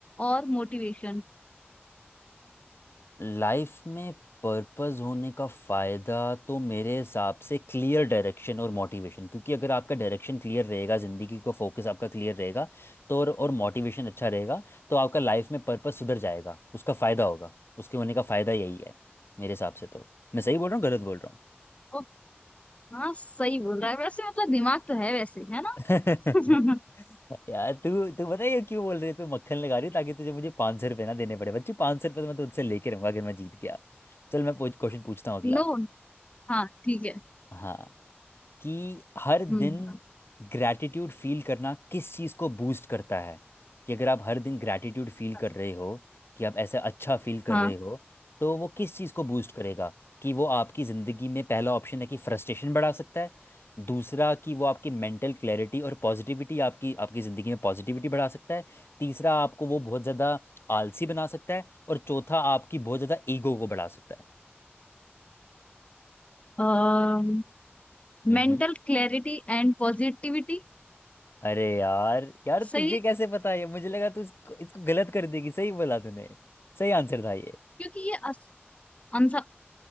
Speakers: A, on the left (about 30°); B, on the left (about 65°).
A: और मोटिवेशन
B: लाइफ में पर्पस होने का फायदा तो मेरे हिसाब से क्लियर डायरेक्शन और मोटिवेशन क्योंकि अगर आपका डायरेक्शन क्लियर रहेगा जिंदगी का फोकस आपका क्लियर रहेगा तो और, और मोटिवेशन अच्छा रहेगा तो आपका लाइफ में पर्पस सुधर जाएगा उसका फायदा होगा उसके होने का फायदा यही है मेरे हिसाब से तो मैं सही बोल रहा हूँ गलत बोल रहा हूँ
A: ओ हाँ सही बोल रहा है वैसे मतलब दिमाग तो है वैसे है ना
B: <laughs>
A: <laughs>
B: यार तू तू बताइए क्यों बोल रही है तू मक्खन लगा रही है ताकि तुझे मुझे पाँच सौ रुपये ना देने पड़े बच्ची पाँच सौ रुपये तो मैं तुझसे लेके रहूंगा अगर मैं जीत गया चल मैं पूछ क्वेश्चन पूछता हूँ अगला
A: नो हाँ ठीक है
B: हाँ कि हर दिन
A: हम्म
B: ग्रैटिट्यूड फील करना किस चीज़ को बूस्ट करता है कि अगर आप हर दिन ग्रैटिट्यूड फील
A: अच्छा,
B: कर रहे हो कि आप ऐसा अच्छा फील कर
A: हाँ
B: रहे हो तो वो किस चीज़ को बूस्ट करेगा कि वो आपकी ज़िंदगी में पहला ऑप्शन है कि फ्रस्ट्रेशन बढ़ा सकता है दूसरा कि वो आपकी मेंटल क्लैरिटी और पॉजिटिविटी आपकी आपकी ज़िंदगी में पॉजिटिविटी बढ़ा सकता है तीसरा आपको वो बहुत ज़्यादा आलसी बना सकता है और चौथा आपकी बहुत ज़्यादा ईगो को बढ़ा सकता
A: हाँ
B: है
A: मेंटल क्लैरिटी एंड पॉजिटिविटी
B: अरे यार यार
A: सही
B: तुझे
A: है
B: कैसे पता है मुझे लगा तू इसको, इसको गलत कर देगी सही बोला तूने सही आंसर था ये
A: क्योंकि ये आंसर